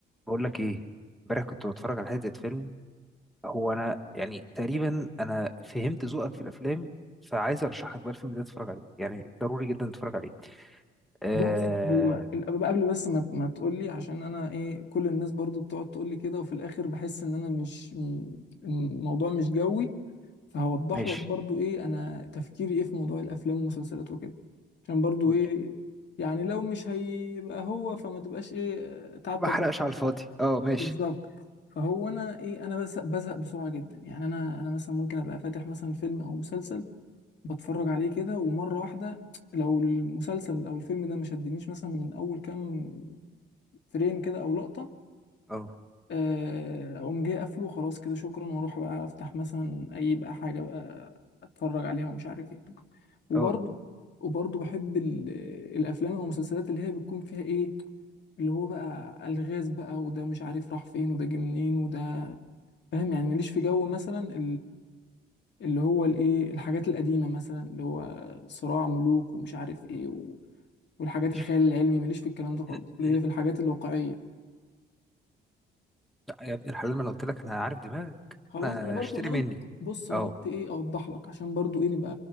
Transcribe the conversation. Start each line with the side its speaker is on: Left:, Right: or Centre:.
Centre: بقول لك ايه امبارح كنت بتفرج على حته فيلم هو انا يعني تقريبا انا فهمت ذوقك في الافلام فعايز ارشح لك بقى الفيلم ده تتفرج عليه يعني ضروري جدا تتفرج عليه آه
Left: بص هو ال- قبل بس ما ما تقول لي عشان انا ايه كل الناس برضو بتقعد تقول لي كده وفي الاخر بحس ان انا مش م- الموضوع مش جوي فهوضح
Centre: ماشي
Left: لك برضو ايه انا تفكيري ايه في موضوع الافلام والمسلسلات وكده عشان برضو
Centre: قول
Left: ايه
Centre: لي
Left: يعني لو مش هيبقى هو فما تبقاش ايه تعبتك
Centre: ما احرقش على الفاضي اه ماشي
Left: بالظبط فهو انا ايه انا بس بزهق بسرعة جدا يعني انا انا مثلا ممكن ابقى فاتح مثلا فيلم او مسلسل بتفرج عليه كده ومرة واحدة لو المسلسل أو الفيلم ده ما شدنيش مثلا من أول كام فريم كده أو لقطة
Centre: اه
Left: آه، أقوم جاي قافله خلاص كده شكرا وأروح بقى أفتح مثلا أي بقى حاجة بقى أتفرج عليها ومش عارف إيه وبرضه
Centre: اه
Left: وبرضه بحب ال- آه، الأفلام أو المسلسلات اللي هي بتكون فيها إيه اللي هو بقى ألغاز بقى وده مش عارف راح فين وده جه منين وده فاهم يعني ماليش في جو مثلا اللي هو الايه الحاجات القديمه مثلا اللي هو صراع ملوك ومش عارف ايه و... والحاجات
Centre: ماشي
Left: الخيال العلمي ماليش في الكلام ده خالص
Centre: <clears throat>
Left: اللي هي في الحاجات الواقعيه
Centre: لا يا ابن الحلال ما انا قلت لك انا عارف دماغك
Left: خلاص
Centre: انا
Left: انا برضو
Centre: اشتري
Left: انا قلت
Centre: مني
Left: بص انا
Centre: اه
Left: قلت ايه اوضح لك عشان برضو ايه نبقى